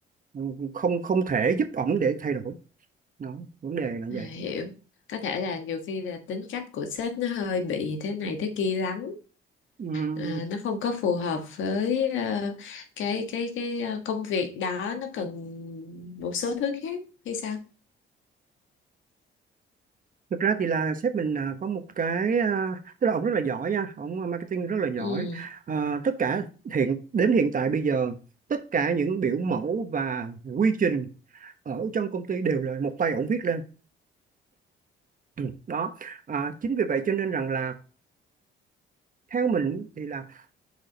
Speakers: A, on the right; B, on the left.
A: ừm, không không thể giúp ổng để thay đổi đó vấn đề là
B: à,
A: vậy
B: hiểu, có thể là nhiều khi là tính cách của sếp nó hơi bị thế này thế kia lắm
A: Ừm,
B: À, nó không có phù hợp với ờ, cái cái cái ờ, công việc đó nó cần một số thứ khác hay sao?
A: thực ra thì là sếp mình à, có một cái à, tức là ổng rất là giỏi nha ổng marketing rất là giỏi
B: Ừ,
A: Ờ, tất cả hiện đến hiện tại bây giờ tất cả những biểu mẫu và quy trình ở trong công ty đều là một tay ổng viết lên <clears throat> đó à, chính vì vậy cho nên rằng là theo mình thì là